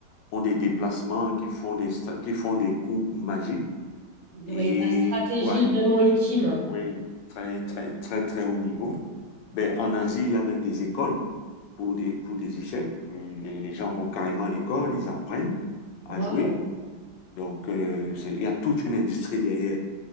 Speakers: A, on the left (about 85°); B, on the right (about 60°).
A: ont des déplacements, qui font des, sta- qui font des coups magiques.
B: Oui,
A: Et
B: la stratégie
A: pour un-
B: vraiment ultime.
A: oui, très, très, très, très haut niveau. Ben, en Asie, il y a même des écoles pour des, pour des échecs. Les, les gens vont carrément à l'école, ils apprennent à
B: Waouh!
A: jouer. Donc, euh, c'est- il y a toute une industrie derrière.